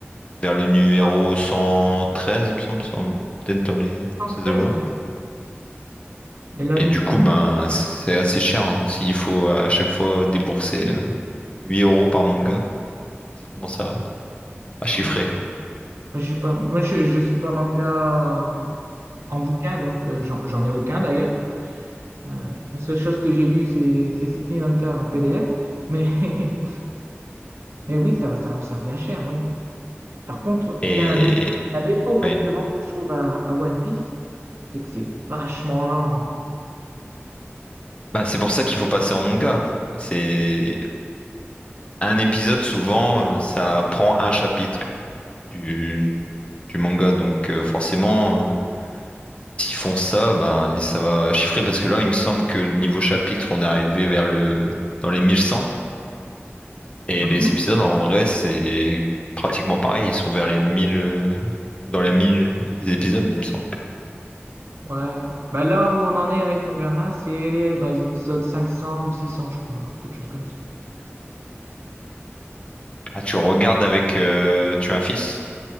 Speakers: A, on the left (about 25°); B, on the right (about 80°).
A: vers le numéro
B: Ah,
A: 113, il me semble, 100 peut-être dans les,
B: cent
A: ces
B: treize
A: eaux-là.
B: ouais. Mais là,
A: Et
B: nous,
A: du coup,
B: nous-
A: ben, c'est assez cher, hein. S'il faut à chaque fois débourser euh, 8 euros par manga, bon, ça, à chiffrer
B: ah oui, j'ai pas, moi, je, je suis pas manga en bouquin, donc euh, j'en, j'en ai aucun d'ailleurs. Euh, la seule chose que j'ai lue, c'est c'est City Hunter en PDF, mais, <laughs> mais oui, ça, ça, ça revient cher. ouais. Par contre,
A: et
B: il y a un, dé- un défaut récurrent
A: oui.
B: que je trouve à, à One Piece, Tu sais que c'est vachement lent.
A: Bah, c'est pour ça qu'il faut passer en manga. C'est un épisode souvent euh, ça prend un chapitre du du manga donc euh, forcément euh, S'ils font ça, ben, et ça va chiffrer parce que là, il me semble que niveau chapitre, on est arrivé vers le dans les 1100 et
B: Mhm.
A: les épisodes en vrai, c'est pratiquement pareil, ils sont vers les 1000 euh, dans les 1000 épisodes, il me semble.
B: Ouais. Bah là où on en est avec mon gamin, c'est dans les épisodes 500 ou 600, je crois, quelque chose comme ça.
A: Ah, tu regardes avec euh, tu as un fils?